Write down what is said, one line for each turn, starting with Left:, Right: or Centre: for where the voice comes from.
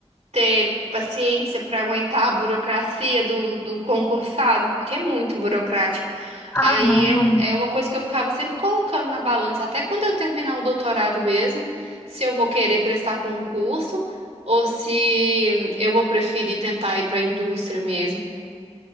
Right: ter paciência para aguentar a burocracia do, do concursado, porque é muito burocrático.
Left: Ah,
Right: Aí
Left: não,
Right: é, um-
Left: amigo.
Right: é uma coisa que eu ficava sempre colocando na balança, até quando eu terminar o doutorado mesmo, se eu vou querer prestar concurso ou se eu vou preferir tentar ir para a indústria mesmo.